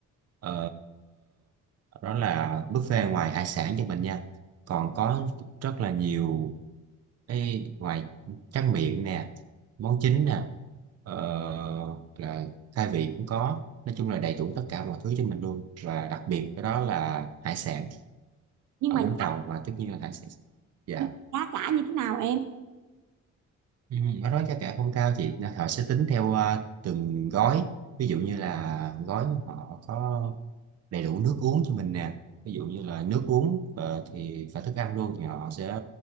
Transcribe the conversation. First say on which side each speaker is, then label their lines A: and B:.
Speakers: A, on the right (about 55°); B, on the right (about 80°).
A: ờ, đó là buffet ngoài hải sản cho mình nha còn có rất là nhiều cái ngoài tráng miệng nè món chính nè ờ, là khai vị cũng có nói chung là đầy đủ tất cả mọi thứ cho mình luôn và đặc biệt cái đó là hải sản
B: Nhưng
A: ở
B: mà
A: Vũng
B: giá,
A: Tàu mà tất nhiên là hải sản dạ
B: nhưng mà giá cả như thế nào em
A: ừ, ở đó giá cả không cao chị Nên họ sẽ tính theo à, từng gói ví dụ như là gói họ có đầy đủ nước uống cho mình nè ví dụ như là nước uống ờ, thì và thức ăn luôn thì họ sẽ